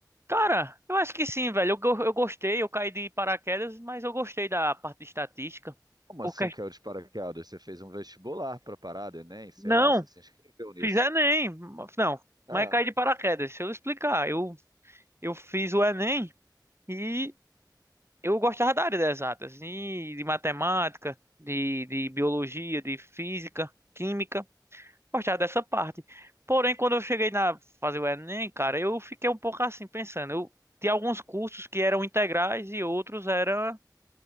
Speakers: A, on the right (about 35°); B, on the right (about 60°).
A: Cara, eu acho que sim, velho. Eu, go- eu gostei, eu caí de paraquedas, mas eu gostei da parte de estatística.
B: Como
A: Porque...
B: assim que é o de paraquedas? Você fez um vestibular pra parada, Enem? Sei
A: Não,
B: lá, você se inscreveu nisso.
A: fiz Enem, não,
B: É,
A: mas caí de paraquedas. Deixa eu explicar. Eu, eu fiz o Enem e eu gostava da área das exatas, e de matemática, de, de biologia, de física, química. gostar dessa parte. Porém, quando eu cheguei na fazer o Enem, cara, eu fiquei um pouco assim pensando. Eu tinha alguns cursos que eram integrais e outros eram